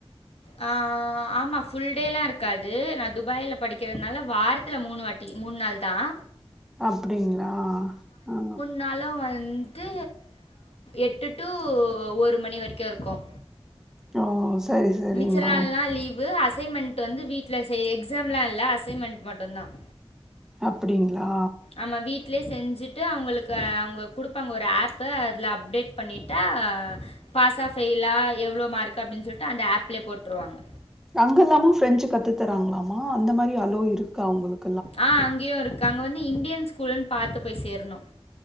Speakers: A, on the left; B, in the centre.
A: ஆ ஆமா புல் டேல்லாம் இருக்காது நான் துபாயில படிக்கிறதுனால வாரத்துல மூணு வாட்டி டி மூணு நாள் தான்
B: அப்டிங்களா ஆ
A: கால்ல வந்து எட்டு டு ஒரு மணி வரைக்கும் இருக்கும்
B: ஓ சரி சரிம்மா
A: மிச்ச நாள்ல்லாம் லீவு அசைன்மெண்ட் வந்து வீட்ல செ எக்ஸாம்லா இல்ல அசைன்மெண்ட் மட்டும்தான்
B: அப்டிங்களா
A: நம்ம வீட்லே செஞ்சுட்டு அவங்களுக்கு அவங்க கொடுப்பாங்க ஒரு ஆப்பு அதில் அப்டேட் பண்ணிவிட்டா பாஸா ஃப்யிலா எவ்ளோ மார்க் அப்டினு சொல்லிட்டு அந்த ஆப்லயே போட்ருவாங்க
B: அங்க இல்லாமும் பிரெஞ்சு கத்து தராங்களாமா அந்த மாதிரி அவ்ளோ இருக்கா அவங்களுக்
A: ஆ அங்கேயும் இருக்கு அங்க வந்து இந்தியன் ஸ்கூல்ன்னு பாத்து போய் சேரணும்